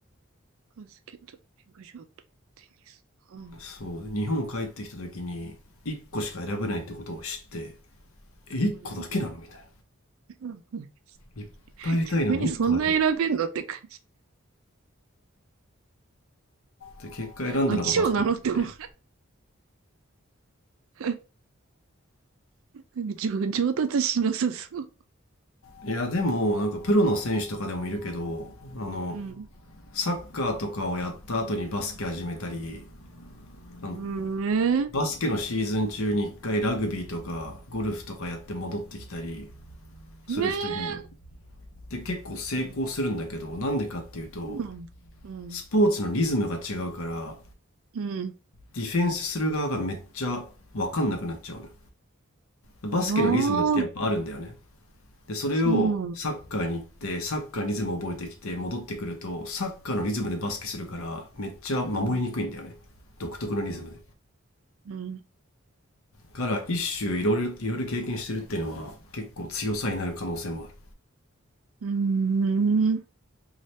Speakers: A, on the right (about 75°); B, on the left (about 80°).
A: ゃん。バスケット、フィグショット、テニス。う
B: そう日本帰ってきた時に1個しか選べないってことを知ってえ1個だけなのみたい
A: ん。<laughs>
B: ないっぱい入れたいのに1個だけ
A: にそんな選べんのって感
B: で結果選んだのがバスケだったね
A: じ。飽き性なのって思う。<laughs> なんか上上達しなさそう。
B: いやでもなんかプロの選手とかでもいるけどあの
A: うん。
B: サッカーとかをやった後にバスケ始めたり、あの
A: うんね
B: バスケのシーズン中に一回ラグビーとかゴルフとかやって戻ってきたりする人いるんだよ。
A: ねえ。
B: で、結構成功するんだけど、
A: そ
B: なんでかっていうと、
A: うなんだ。うん。
B: スポーツのリズムが違うから、
A: うん。
B: ディフェンスする側がめっちゃわかんなくなっちゃうのよ。バスケのリズムってやっぱあるんだよね。
A: ああ、
B: で、それをサッカーに行って、
A: そう
B: サッカーのリズムを覚えてきて戻ってくると、サッカーのリズムでバスケするから、めっちゃ守りにくいんだよね。
A: なんだ。
B: 独特のリズムで。
A: うん。うん。
B: から一種いろいろいろいろ経験してるっていうのは結構強さになる可能性もある。
A: うん。うん。